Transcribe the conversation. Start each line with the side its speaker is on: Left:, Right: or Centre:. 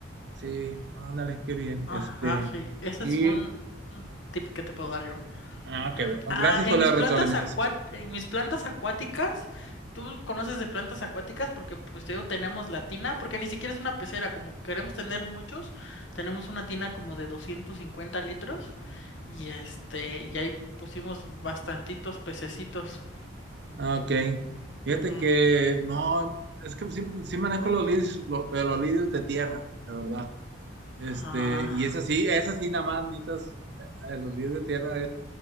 Right: Sí, no, ándale, qué bien.
Left: Ajá,
Right: Este,
Left: sí. Ese
Right: y,
Left: es un un tip que te puedo dar yo.
Right: ah,
Left: <clears throat>
Right: qué bien. Gracias
Left: Ah, en
Right: por la
Left: mis
Right: retroalimentación.
Left: plantas acua- en mis plantas acuáticas, tú conoces de plantas acuáticas porque pues te digo, tenemos la tina, porque ni siquiera es una pecera, como queremos tener muchos, tenemos una tina como de 250 litros y este, y ahí pusimos bastantitos pececitos.
Right: Ah, Ok. Fíjate
Left: Ujú.
Right: que, no, es que sí, sí manejo los lirios, lo- pero los lirios de tierra, la verdad. Este,
Left: Ah,
Right: y es así, es así nada más, necesitas, eh, eh, los lirios de tierra